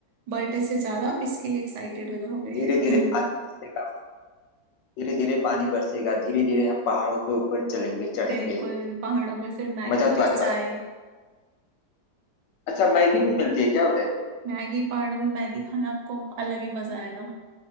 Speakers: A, on the right (about 75°); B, on the left (about 85°).
A: बट इससे ज्यादा आप इसके लिए एक्साइटेड हो जाओगे
B: धीरे धीरे
A: <laughs>
B: पानी बरसेगा धीरे धीरे पानी बरसेगा धीरे धीरे हम पहाड़ों के ऊपर चलेंगे चढ़ेंगे
A: बिल्कुल पहाड़ों में फिर मैगी
B: मजा तो आने
A: और चाय
B: वाला है। अच्छा मैगी भी मिलती है क्या उधर
A: मैगी पहाड़ों में मैगी खाना आपको अलग ही मजा आएगा